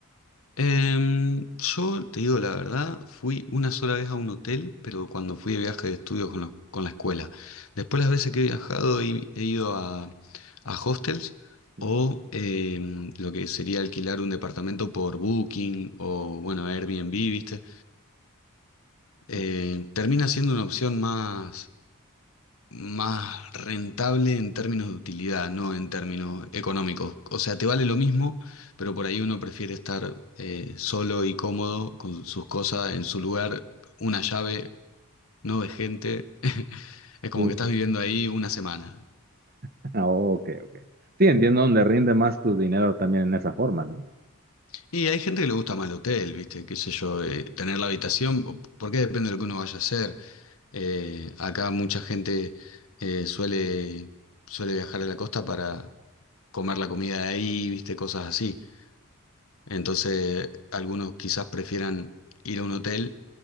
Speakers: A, on the left (about 70°); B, on the right (about 45°).
A: Em, yo te digo la verdad, fui una sola vez a un hotel, pero cuando fui de viaje de estudios con, los- con la escuela. Después las veces que he viajado he, he ido a, a hostels
B: Ujú.
A: o em, lo que sería alquilar un departamento por Booking o bueno, Airbnb, ¿viste? eh,
B: Sí.
A: termina siendo una opción más, más rentable en términos de utilidad, no en términos económicos. O sea, te vale lo mismo, pero por ahí uno prefiere estar eh, solo y cómodo con sus cosas en su lugar, una llave, no de gente. <laughs> Es como
B: Sí.
A: que estás viviendo ahí una semana.
B: <laughs> Ah, ok, ok. Sí, entiendo donde rinde más tu dinero también en esa forma, ¿no?
A: Y hay gente que le gusta más el hotel, ¿viste? Qué sé yo, eh, tener la habitación, o- porque depende de lo que uno vaya a hacer. Eh, acá mucha gente eh, suele, suele viajar a la costa para comer la comida de ahí, viste, cosas así. Entonces, algunos quizás prefieran ir a un hotel